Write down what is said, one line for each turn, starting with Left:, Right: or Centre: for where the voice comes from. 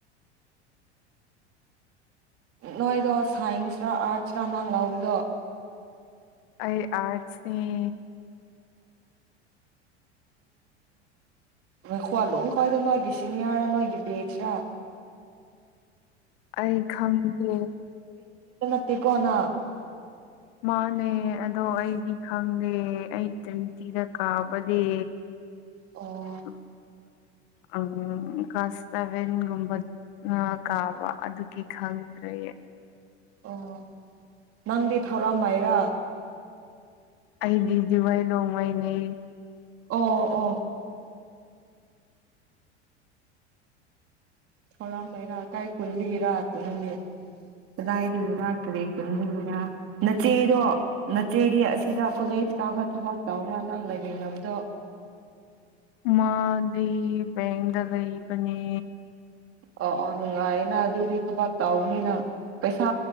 Right: ꯅꯣꯏꯗꯣ ꯁꯥꯏꯟꯁꯇ ꯑꯥꯔꯠꯁꯇ ꯃꯥꯡ ꯂꯥꯎꯕꯗꯣ
Left: ꯑꯩ ꯑꯔꯠꯁꯅꯤ
Right: ꯑꯣ ꯈꯋꯥ ꯂꯨ ꯈꯋꯥꯗ ꯅꯣꯏꯒꯤ ꯁꯤꯅꯤꯌꯥ ꯅꯣꯏꯒꯤ ꯕꯦꯆ
Left: ꯑꯩ ꯈꯪꯗꯦ
Right: ꯇ ꯀꯣꯅ
Left: ꯃꯥꯅꯦ ꯑꯗꯣ ꯑꯩꯗꯤ ꯈꯪꯗꯦ ꯑꯩ ꯇ꯭ꯤꯟꯇꯤꯗ ꯀꯥꯕꯗꯤ
Right: ꯑꯣ
Left: ꯎꯝ ꯎꯝ ꯀꯥꯁꯕꯦꯟꯒꯨꯝꯕ ꯀꯥꯕ ꯑꯗꯨꯒꯤ ꯈꯪꯗ꯭ꯔꯦ
Right: ꯑꯣ ꯅꯪꯗꯤ ꯊꯧꯔꯝꯃꯥꯏꯔꯥ
Left: ꯑꯩꯗꯤꯗꯤꯋꯥꯏ ꯂꯣꯡꯃꯩꯅꯤ
Right: ꯑꯣ ꯑꯣ ꯊꯧꯔꯝ ꯃꯩꯔꯥ ꯀꯥꯏ ꯀꯨꯟꯗꯒꯤꯔꯥꯛꯄꯅꯅꯦ ꯀꯗꯥꯏꯗꯒꯤꯔ ꯀꯔꯤ ꯀꯨꯟꯗꯒꯤꯔ ꯅꯆꯦꯗꯣ ꯅꯆꯦꯗꯤ ꯑꯁꯤꯗ ꯀꯣꯂꯦꯖ ꯇꯥꯕ꯭ꯔ ꯊꯕꯛ ꯇꯕ꯭ꯔꯥ ꯅꯪ ꯂꯩꯃꯤꯟꯅꯕꯗꯣ
Left: ꯃꯥꯗꯤ ꯦꯡꯦꯡꯗꯔꯕꯅꯦ
Right: ꯑꯣ ꯑꯣ ꯅꯨꯡꯉꯥꯏꯅ ꯑꯗꯨꯗꯤ ꯊꯕꯛ ꯇꯕꯅꯤꯅ ꯄꯩꯁꯥ